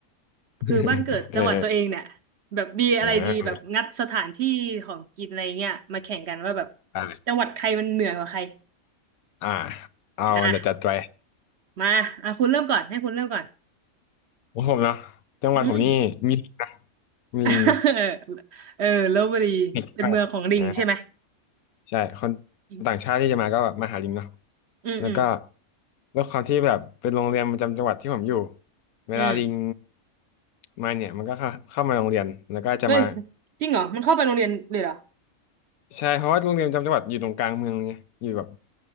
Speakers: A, on the left; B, on the right.
A: <laughs>
B: คือบ้านเกิดจังหวัดตัวเองเนี่ย
A: เออ
B: แบบมีอะไรดีแบบงัดสถานที่ของกินอะไรเงี้ยมาแข่งกันว่าแบบ
A: เออเออได้เลย
B: จังหวัดใครมันเหนือกว่าใคร
A: อ่าเอาเดี๋ยวจัดไป
B: อ่ะมาอ่ะคุณเริ่มก่อนให้คุณเริ่มก่อน
A: ของผมเนาะจังหวัดผมนี่มี
B: อืม
A: <laughs> ลิงนะมีลิง
B: <laughs> เออลพบุรีเป็นเมืองของลิงใช่ไหม
A: ติดมากอ่าใช่คน
B: อืม
A: ต่างชาติที่จะมาก็แบบมาหาลิงเนาะ
B: อืมอ
A: แล้วก็ด้วยความที่แบบเป็นโรงเรียนประจำจังหวัดที่ผมอยู่เวลาลิง
B: ืม
A: มาเนี่ยมันก็เข้าเข้ามาโรงเรียนแล้วก็จะมา
B: เฮ้ยจริงเหรอมันเข้าไปโรงเรียนเลยเหรอ
A: ใช่เพราะว่าโรงเรียนประจำจังหวัดอยู่ตรงกลางเมืองไงอยู่แบบ